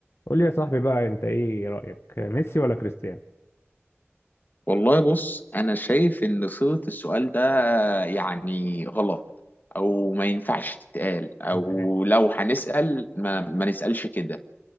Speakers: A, on the left; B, on the left.
A: قول لي يا صاحبي بقى انت ايه رأيك ميسي ولا كريستيانو
B: والله بص انا شايف ان صيغة السؤال ده يعني غلط او ما ينفعش تتقال او
A: كسبان.
B: لو هنسأل ما, ما نسألش كده